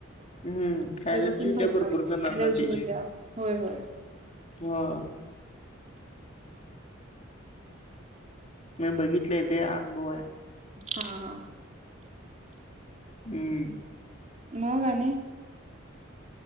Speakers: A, on the left (about 35°); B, on the right (about 35°).
A: हम्म
B: त्याचा
A: एलर्जी
B: पण
A: हो
B: धोका
A: त्या भरपूर
B: आहे
A: जाणंना
B: अलर्जी
A: तीजे
B: होत्या होय होय
A: हा. मी बघितलेय ते अनुभव आहे.
B: हा हा.
A: हम्म.
B: मग नि